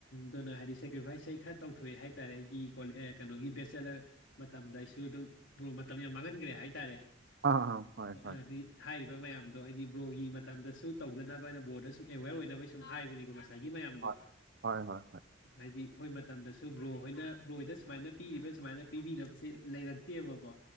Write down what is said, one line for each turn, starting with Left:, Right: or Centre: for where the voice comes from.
Left: ꯑꯗꯨꯅ ꯍꯥꯏꯗꯤ ꯁꯦꯀ꯭ꯔꯤꯐꯥꯏꯁꯦ ꯑꯩ ꯈꯔ ꯇꯧꯊꯣꯛꯑꯦ ꯍꯥꯏꯇꯥꯔꯦ ꯑꯩꯒꯤꯣ ꯀꯩꯅꯣꯒꯤ ꯕꯦꯆꯦꯂꯔ ꯃꯇꯝꯗ ꯑꯩꯁꯨ ꯑꯗꯨꯝ ꯕ꯭ꯔꯣ ꯃꯇꯝ ꯌꯥꯝ ꯃꯥꯡꯍꯟꯈ꯭ꯔꯦ ꯍꯥꯏꯇꯥꯔꯦ
Right: ꯑꯥ ꯑꯥ ꯍꯣꯏ
Left: ꯍꯥꯏꯗꯤ
Right: ꯍꯣꯏ
Left: ꯍꯥꯏꯔꯤꯕ ꯃꯌꯥꯝꯗꯣ ꯍꯥꯏꯗꯤ ꯕ꯭ꯔꯣꯒꯤ ꯃꯇꯝꯗꯁꯨ ꯇꯧꯗꯅꯕ ꯍꯥꯏꯅ ꯕꯣꯔꯗ ꯁꯨꯝ ꯑꯦꯋꯦꯌꯔ ꯑꯣꯏꯅꯕꯒꯤ ꯁꯨꯝ ꯍꯥꯏꯕꯅꯤꯀꯣ ꯉꯁꯥꯏꯒꯤ ꯃꯌꯥꯝꯗꯣ
Right: ꯍꯣꯏ ꯍꯣꯏ ꯍꯣꯏ
Left: ꯍꯥꯏꯗꯤ ꯑꯩꯈꯣꯏ ꯃꯇꯝꯗꯁꯨ ꯕ꯭ꯔꯣ ꯍꯣꯏꯅ ꯕ꯭ꯔꯣꯗ ꯁꯨꯃꯥꯏꯅ ꯄꯤꯔꯤꯕꯥ ꯁꯨꯃꯥꯏꯅ ꯄꯤꯕꯤꯅꯕꯁꯦ ꯂꯩꯔꯛꯇꯦꯕꯀꯣ